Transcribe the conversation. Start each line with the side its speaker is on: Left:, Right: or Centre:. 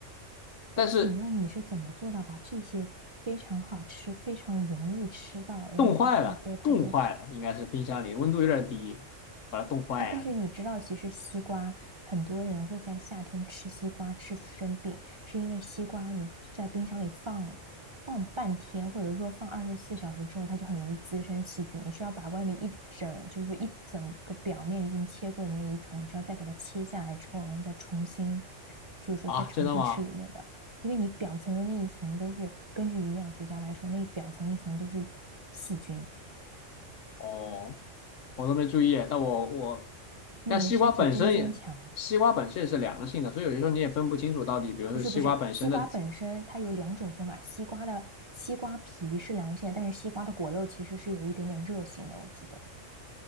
Left: 但是
Right: 我请问你是怎么做到把这些非常好吃、非常容易吃到，然后不需要剥太多
Left: 冻坏了，冻坏了，应该是冰箱里温度有点低，把它冻坏了。
Right: 哎，但是你知道，其实西瓜很多人会在夏天吃西瓜吃生病，是因为西瓜你在冰箱里放放半天，或者说放二十四小时之后，它就很容易滋生细菌。你需要把外面一整，就是说一整个表面已经切过的那一层，你需要再给它切下来之后，然后再重新，就是说再重新吃里面的，
Left: 啊，真的吗？
Right: 因为你表层的那一层都是根据营养学家来说，那一表层一层都是细菌，
Left: 哦，我都没注意，但我我，
Right: 那你的身体真坚强啊！
Left: 但西瓜本身也，西瓜本身也是凉性的，所以有些时候你也分不清楚到底，比如说西瓜本身的
Right: 不是不是，西瓜本身它有两种分法，西瓜的西瓜皮是凉性的，但是西瓜的果肉其实是有一点点热性的，我记得。